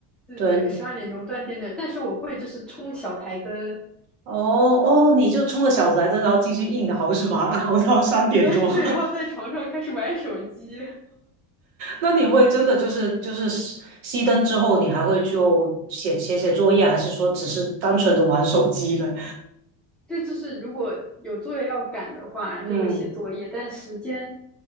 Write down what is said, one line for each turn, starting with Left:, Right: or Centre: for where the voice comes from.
Centre: 对对对，
Right: 对，
Centre: 十二点钟断电的。但是我会就是冲小台灯，
Right: 哦哦，你就冲个小子来着，然后继续硬熬是吧？<laughs> 熬到三点多。
Centre: <laughs> 对对，
Right: <laughs>
Centre: 然后在床上开始玩手机。
Right: 那你会真的就是就是熄灯之后，你还会就写写写作业，还是说只是单纯的玩手机呢？
Centre: 这就是如果有作业要赶的话，
Right: 嗯，
Centre: 就会写作业，但时间